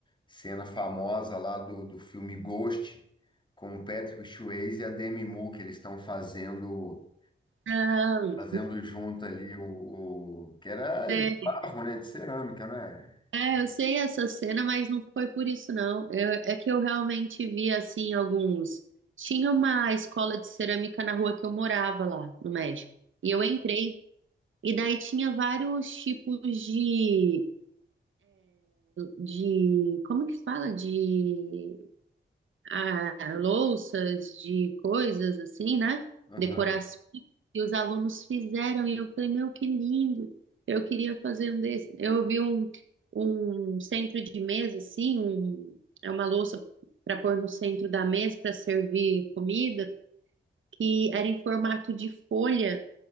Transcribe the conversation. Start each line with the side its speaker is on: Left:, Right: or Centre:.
Left: cena famosa lá do, do filme Ghost, com o Patrick Swayze e a Demi Moore, que eles estão fazendo
Right: Não,
Left: fazendo junto ali o, o- que era
Right: é,
Left: de barro, né? De cerâmica, né?
Right: é, eu sei essa cena, mas não foi por isso, não. Eu- é que eu realmente vi, assim, alguns... Tinha uma escola de cerâmica na rua que eu morava lá, no México. E eu entrei E daí tinha vários tipos de, de, como que fala? De ah, louças, de coisas assim, né?
Left: Aham,
Right: Decorações que os alunos fizeram. E eu falei, meu, que lindo! Eu queria fazer um desse. Eu vi um, um centro de mesa, assim, um, é uma louça para pôr no centro da mesa para servir comida, que era em formato de folha.